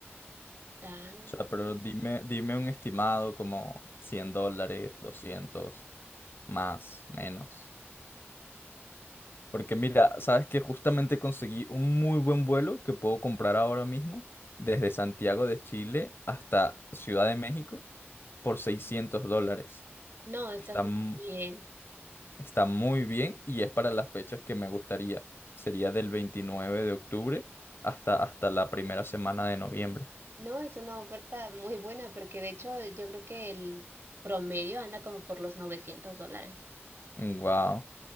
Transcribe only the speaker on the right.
tan...
No, está
súper
bien.
No, es una oferta muy buena porque de hecho yo creo que el promedio anda como por los 900 dólares.